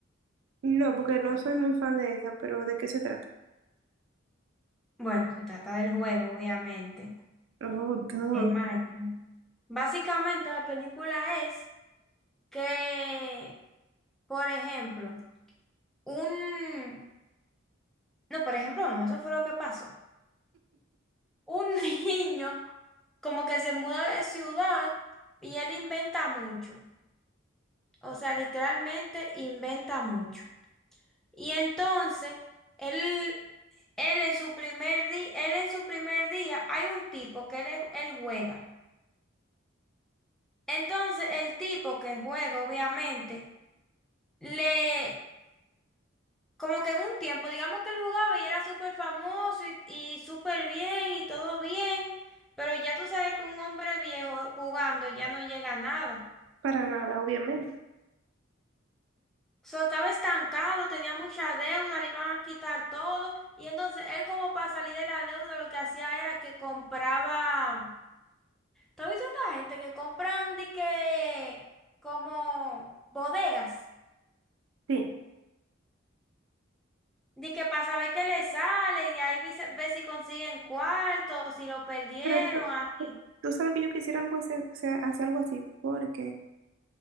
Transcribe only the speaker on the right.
No, porque no soy muy fan de esa, pero ¿de qué se trata?
Oh, dog.
Para nada, obviamente.
Sí.
Pero eso-
tú sabes que yo quisiera algo así, o sea, hacer algo así, porque,